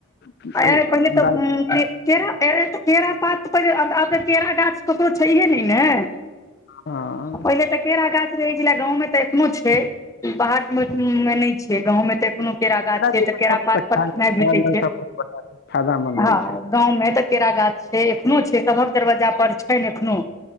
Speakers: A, on the left (about 55°); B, on the left (about 15°).
A: की कहू
B: आय पहिले तऽ
A: दालि
B: हे के केरा पात पर आब तऽ केरा गाछ ककरो छैहे नहि ने
A: हँ
B: पहिले तऽ केरा गाछ रहै छलै गांव मे तऽ एखनों छै बाहर मे मे न छै गांव मे तऽ एखनो केरा गाछ छै
A: के
B: तऽ
A: पत्ता
B: केरा पात
A: त खाय
B: पर नहि भेटै
A: खायला
B: छै
A: तऽ बहुत बढ़िया फायदामन्द
B: हँ
A: होइ छै
B: गाँव मे तऽ केरा गाछ छै एखनो छै सबहक दरवाजा पर छै एखनो